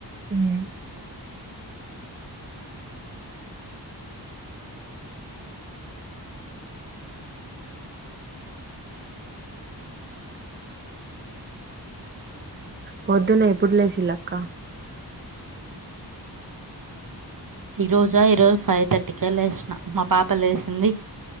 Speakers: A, on the right; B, on the right.
A: ఉమ్ పొద్దున్న ఎప్పుడు లేసిలక్క
B: ఈరోజా ఈరోజు ఫైవ్ థర్టీకే లేసిన మా పాప లేచింది